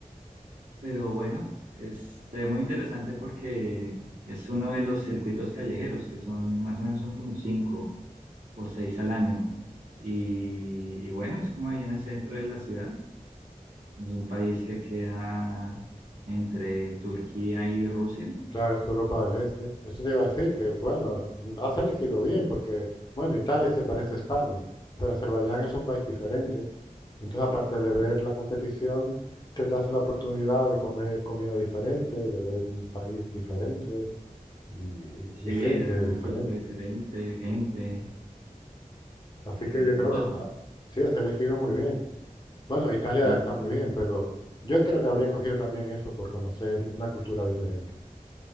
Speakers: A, on the right (about 65°); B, on the left (about 30°).
A: Pero bueno, es, se ve muy interesante porque es uno de los circuitos callejeros, que son más o menos son como cinco o seis al año. Y, y bueno, es como ahí en el centro de la ciudad. Es un país que queda entre Turquía y Rusia.
B: Claro, es Europa del Este. Eso te iba a decir que, bueno, mm, has elegido bien porque, bueno, Italia se parece a España, pero Azerbaiyán es un país diferente. Entonces, aparte de ver la competición, tendrás la oportunidad de comer comida diferente, de ver un país diferente y, y-
A: Sí,
B: y gente
A: era una
B: diferente.
A: cultura diferente, gente,
B: Que- Así
A: eh,
B: que
A: de
B: yo
A: todo.
B: creo que has- ah, sí, has elegido muy bien. Bueno, Italia
A: Sí.
B: está muy bien, pero yo creo que habría cogido también eso por conocer una cultura diferente.